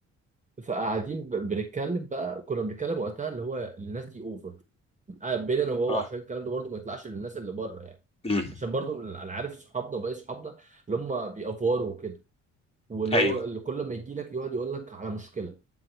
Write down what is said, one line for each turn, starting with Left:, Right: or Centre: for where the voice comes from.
Right: فقاعدين ب- بنتكلم بقى كنا بنتكلم وقتها اللي هو الناس دي اوفر بين انا وهو
Left: اه
Right: عشان الكلام ده برضو ما يطلعش للناس اللي بره يعني
Left: امم
Right: عشان برضو انا عارف صحابنا وباقي صحابنا اللي هم بيأفوروا وكده واللي
Left: ايوه
Right: هو اللي كل ما يجي لك يقعد يقول لك على مشكله